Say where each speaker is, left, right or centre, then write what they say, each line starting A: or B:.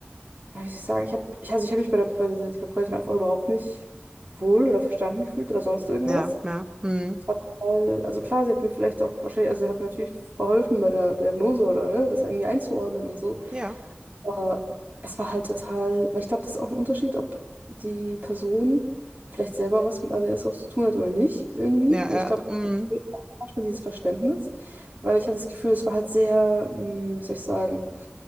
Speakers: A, on the right (about 50°); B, on the right (about 25°).
A: ja, wie soll ich sagen, ich habe, ich, also ich habe mich bei der, bei dieser Therapeutin einfach überhaupt nicht wohl oder verstanden gefühlt oder sonst irgendwas.
B: Ja. Ja. Mhm.
A: Es war total- Also klar, sie hat mir vielleicht auch wahrscheinlich, also sie hat natürlich verholfen bei der Diagnose oder ne, das irgendwie einzuordnen und so.
B: Ja.
A: Aber es war halt total, weil ich glaube, das ist auch ein Unterschied, ob die Person vielleicht selber was mit ADS auch zu tun hat oder nicht, irgendwie.
B: Ja.
A: Weil ich glaube,
B: Äh, mhm.
A: manchmal dieses Verständnis, weil ich hatte das Gefühl, es war halt sehr, mh, wie soll ich sagen,